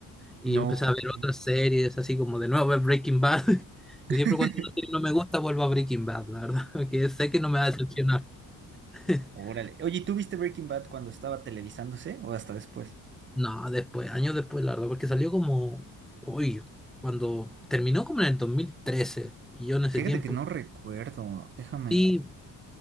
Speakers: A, in the centre; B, on the right (about 35°).
A: y
B: No,
A: empecé
B: ok.
A: a ver otras series, así como de nuevo ver Breaking Bad. <laughs>
B: <laughs>
A: Y siempre cuando una serie no me gusta vuelvo a Breaking Bad, la verdad, <laughs> porque sé que no me va a decepcionar. <laughs>
B: Órale. Oye, ¿tú viste Breaking Bad cuando estaba televisándose o hasta después?
A: No, después, años después, la verdad, porque salió como, uy, cuando terminó como en el 2013 y yo en ese
B: Fíjate
A: tiempo,
B: que no recuerdo. Déjame.
A: sí,